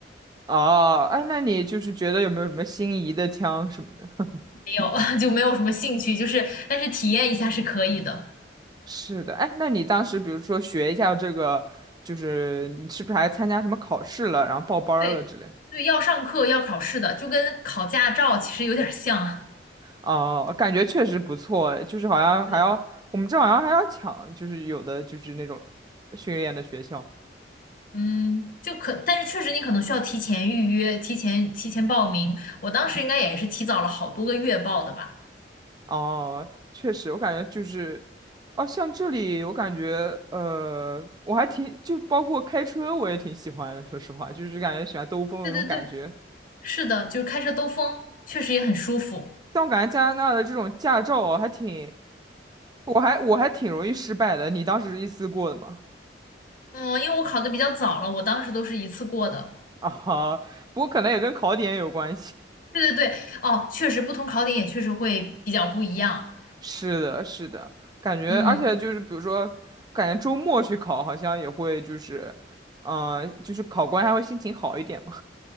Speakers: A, on the right (about 20°); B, on the left (about 50°).
A: 哦，哎，那你就是觉得有没有什么心仪的枪什么的？
B: 没有，<laughs> 就没有什么兴趣，就是但是体验一下是可以的。
A: 是的，哎，那你当时比如说学一下这个，就是你是不是还参加什么考试了，然后报班儿了之类？
B: 对对，要上课要考试的，就跟考驾照其实有点儿像。
A: 哦，感觉确实不错，就是好像还要我们这好像还要抢，
B: 对。
A: 就是有的就是那种训练的学校。
B: 嗯，就可，但是确实你可能需要提前预约、提前提前报名。我当时应该也是提早了好多个月报的吧？
A: 哦，确实，我感觉就是，哦，像这里我感觉，呃，我还挺就包括开车我也挺喜欢的，说实话，就是感觉喜欢兜风的那种感觉。
B: 对对对，是的，就是开车兜风，确实也很舒服。
A: 但我感觉加拿大的这种驾照啊还挺。我还我还挺容易失败的，你当时是一次过的吗？
B: 嗯，因为我考的比较早了，我当时都是一次过的。
A: 啊哈，不过可能也跟考点有关系。
B: 对对对，哦，确实不同考点也确实会比较不一样。
A: <laughs> 是的，是的，感觉而且就是比如说，
B: 嗯，
A: 感觉周末去考好像也会就是，呃，就是考官还会心情好一点嘛。